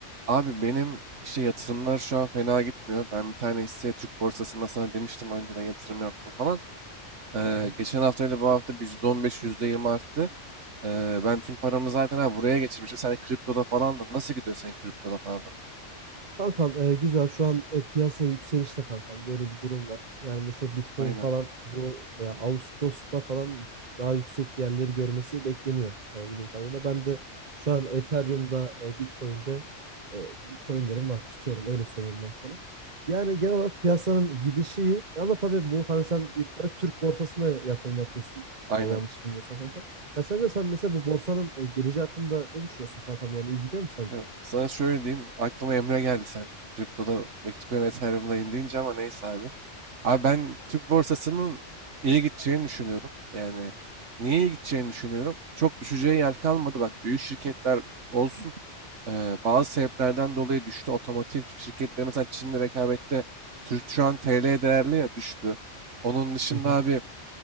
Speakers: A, on the right; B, on the right.
A: Abi benim işte yatırımlar şu an fena gitmiyor. Ben bir tane hisse Türk borsasında sana demiştim önceden yatırım yaptım falan. Ee,
B: Hı hı.
A: geçen hafta ile bu hafta bir %15, %20 arttı. Ee, ben tüm paramı zaten ha, buraya geçirmişim. Sen de kriptoda falan da nasıl gidiyor senin kriptoda paralar?
B: Kankam e, güzel şu an e, piyasa yükselişte kankam böyle bir durum var. Yani mesela Bitcoin
A: Aynen,
B: falan bu e, Ağustos'ta falan daha yüksek yerleri görmesi bekleniyor e, bildiğim kadarıyla. Ben de şu an Ethereum'da e, Bitcoin'de e, coinlerim var tutuyorum öyle söyleyeyim ben sana. Yani genel olarak piyasanın gidişi iyi ama tabii bu hani sen büyük ihtimalle Türk borsasına yatırım yapıyorsun
A: aynen.
B: e, yanlış bilmiyorsam kankam. Ya sence sen mesela bu borsanın e, geleceği hakkında ne düşünüyorsun kankam yani iyi gidiyor mu sence?
A: Ya, sana şöyle diyeyim. Aklıma Emre geldi sen kriptoda Bitcoin Ethereum'dayım deyince ama neyse abi. Abi ben Türk borsasının iyi gideceğini düşünüyorum. Yani niye iyi gideceğini düşünüyorum? Çok düşeceği yer kalmadı. Bak büyük şirketler olsun eee, bazı sebeplerden dolayı düştü. Otomotiv şirketleri mesela Çin'le rekabette Türk şu an TL değerli ya düştü. Onun dışında
B: Hı hı.
A: abi